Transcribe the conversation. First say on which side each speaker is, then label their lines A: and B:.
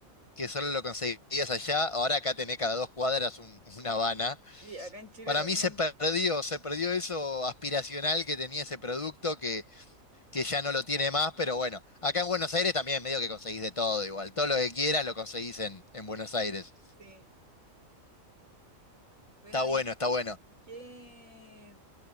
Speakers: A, on the left; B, on the right.
A: que solo lo conseguías allá. Ahora acá tenés cada dos cuadras un, un Habana
B: y acá en Chile
A: para
B: también.
A: mí se perdió, se perdió eso aspiracional que tenía ese producto que, que ya no lo tiene más, pero bueno, acá en Buenos Aires también medio que conseguís de todo igual, todo lo que quieras lo conseguís en, en Buenos Aires.
B: Sí. Bueno,
A: Está bueno,
B: ¿y
A: está bueno.
B: qué?